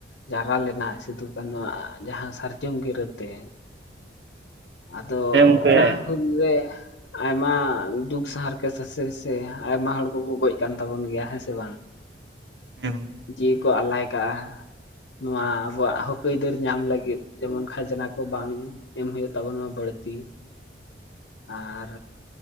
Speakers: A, on the left; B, on the right.
A: ᱡᱟᱣᱨᱟ ᱞᱮᱱᱟ ᱥᱤᱫᱩ ᱠᱟᱹᱱᱩᱣᱟᱜ ᱡᱟᱦᱟᱸ ᱥᱟᱨᱡᱚᱢ ᱜᱤᱨᱟᱹ ᱛᱮ,
B: <inaudible>
A: ᱟᱫᱚ
B: ᱦᱮᱸ ᱜᱚᱝᱠᱮ
A: ᱚᱱᱟ ᱦᱩᱞ ᱨᱮ ᱢᱟ ᱫᱩᱠ ᱥᱟᱦᱟᱨ ᱠᱮ ᱥᱟᱥᱮ ᱥᱮ ᱟᱭᱢᱟ ᱦᱚᱲ ᱠᱚ ᱠᱚ ᱜᱚᱡ ᱠᱟᱱ ᱛᱟᱵᱚᱱ ᱜᱮᱭᱟ ᱦᱮᱸ ᱥᱮ ᱵᱟᱝ?
B: <inaudible> ᱜᱚᱝᱠᱮ
A: ᱡᱤᱣᱤ ᱠᱚ ᱟᱞᱟᱭ ᱠᱟᱜᱼᱟ᱾ ᱱᱚᱣᱟ ᱟᱵᱚᱣᱟᱜ ᱦᱚᱠ ᱟᱹᱭᱫᱟᱹᱨ ᱧᱟᱢ ᱞᱟᱹᱜᱤᱫ ᱡᱮᱢᱚᱱ ᱠᱷᱟᱡᱽᱱᱟ ᱠᱚ ᱵᱟᱝ ᱮᱢ ᱦᱩᱭᱩᱜ ᱛᱟᱵᱚᱱ ᱢᱟ ᱵᱟᱹᱲᱛᱤ, ᱟᱨ